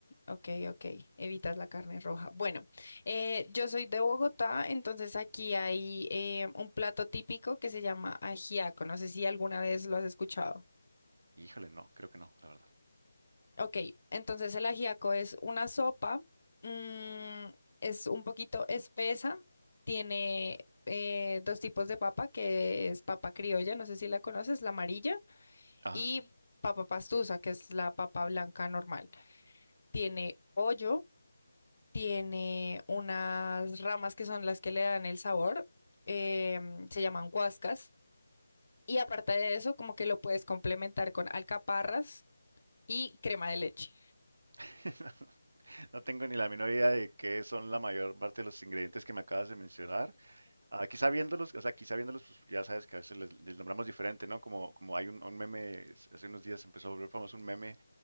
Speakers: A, on the left (about 55°); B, on the right (about 55°).
A: ok, ok, evitas la carne roja. Bueno, eh, yo soy de Bogotá, entonces aquí hay eh, un plato típico que se llama ajiaco. No sé si alguna vez lo has escuchado.
B: Híjole, no, creo que no, la verdad.
A: Ok, entonces el ajiaco es una sopa, mm, es un poquito espesa, tiene eh, dos tipos de papa, que es papa criolla, no sé si la conoces, la amarilla,
B: Ah,
A: y papa pastusa, que es la papa blanca normal. Tiene pollo, tiene unas ramas que son las que le dan el sabor, em, se llaman guascas, y aparte de eso, como que lo puedes complementar con alcaparras y crema de leche.
B: <laughs> no tengo ni la menor idea de qué son la mayor parte de los ingredientes que me acabas de mencionar. Ah, quizá viéndolos, o sea, quizá viéndolos, pues, ya sabes que a veces les, les nombramos diferente, ¿no? Como, como hay un, un meme, hace unos días empezó a volver famoso un meme